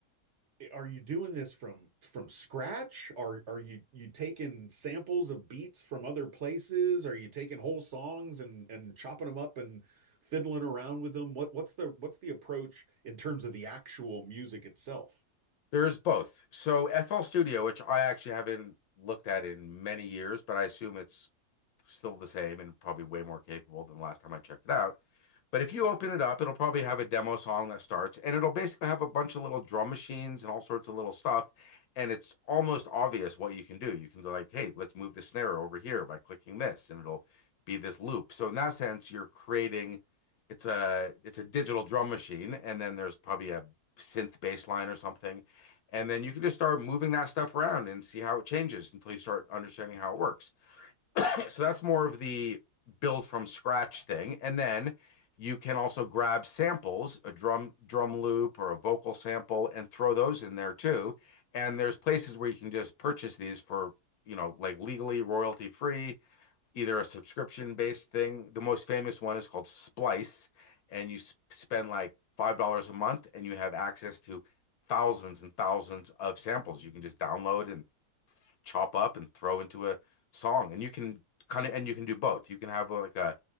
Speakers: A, on the right; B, on the left.
A: are you doing this from from scratch? Are are you you taking samples of beats from other places? Are you taking whole songs and and chopping them up and fiddling around with them? What what's the what's the approach in terms of the actual music itself?
B: There's both. So FL Studio, which I actually haven't looked at in many years, but I assume it's still the same and probably way more capable than the last time I checked it out. But if you open it up, it'll probably have a demo song that starts, and it'll basically have a bunch of little drum machines and all sorts of little stuff. And it's almost obvious what you can do. You can be like, hey, let's move the snare over here by clicking this, and it'll be this loop. So in that sense, you're creating it's a it's a digital drum machine, and then there's probably a synth bass line or something. And then you can just start moving that stuff around and see how it changes until you start understanding how it works. So that's more of the build from scratch thing. And then you can also grab samples, a drum drum loop or a vocal sample, and throw those in there too. And there's places where you can just purchase these for, you know, like legally royalty free, either a subscription based thing. The most famous one is called Splice, and you s- spend like $5 a month and you have access to thousands and thousands of samples you can just download and chop up and throw into a song. And you can kind of, and you can do both. You can have like a